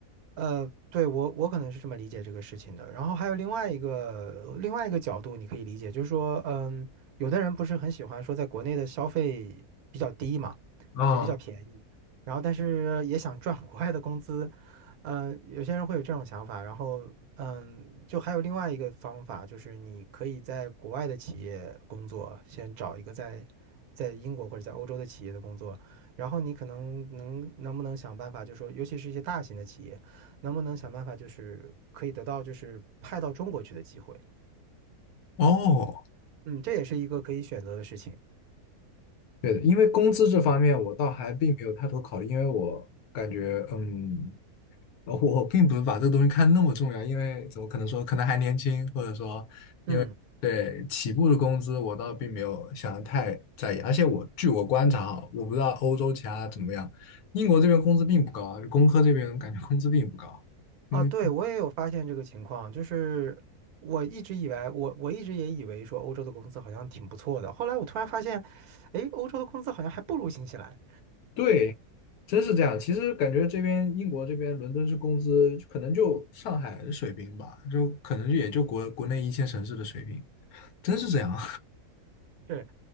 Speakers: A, on the right; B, on the left.
A: 呃，对，我我可能是这么理解这个事情的。然后还有另外一个另外一个角度，你可以理解，就是说，嗯，有的人不是很喜欢说在国内的消费比较低嘛，
B: 啊，
A: 就比较便宜，然后但是也想赚 <laughs> 国外的工资，嗯、有些人会有这种想法。然后，嗯，就还有另外一个方法，就是你可以在国外的企业工作，先找一个在在英国或者在欧洲的企业的工作，然后你可能能能不能想办法，就说尤其是一些大型的企业。能不能想办法就是可以得到就是派到中国去的机会？
B: 哦，
A: 嗯，这也是一个可以选择的事情。
B: 对的，因为工资这方面我倒还并没有太多考虑，因为我感觉，嗯，呃我并不是把这个东西看那么重要，因为怎么可能说，可能还年轻，或者说
A: 嗯，
B: 对，起步的工资我倒并没有想的太在意，而且我据我观察啊，我不知道欧洲其他怎么样，英国这边工资并不高啊就工科这边感觉工资并不高。
A: 啊，
B: 嗯，
A: 对，我也有发现这个情况，就是我一直以为我我一直也以为说欧洲的工资好像挺不错的，后来我突然发现，诶，欧洲的工资好像还不如新西兰。
B: 对，真是这样。其实感觉这边英国这边伦敦是工资可能就上海的水平吧，就可能也就国国内一线城市的水平，真是这样。
A: 是，